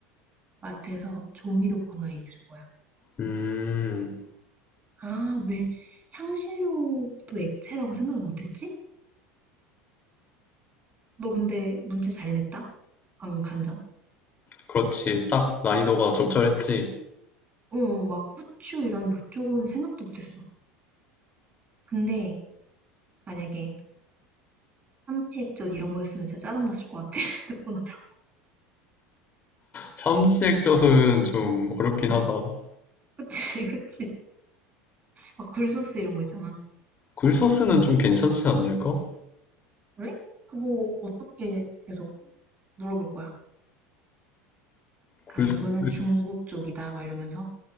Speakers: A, on the right; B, on the left.
A: 마트에서 조미료 코너에 있을 거야.
B: 음,
A: 아, 왜 향신료도 액체라고 생각을 못했지? 너 근데 문제 잘 냈다? 방금 간장.
B: 그렇지. 딱 난이도가
A: 어,
B: 적절했지.
A: 어. 어, 막 후추 이런 그쪽으로는 생각도 못했어. 근데 만약에 삼치 액젓 이런 거였으면 진짜 짜증났을 것 같아. <laughs> 듣고 나서.
B: 참치 액젓은 좀 어렵긴
A: 응.
B: 하다.
A: 그치, 그치. 막 굴소스 이런 거 있잖아.
B: 굴소스는 좀 괜찮지 않을까?
A: 그래? 그거 어떻게 계속 물어볼 거야?
B: 굴소스.
A: 아, 이거는 중국 쪽이다. 막 이러면서.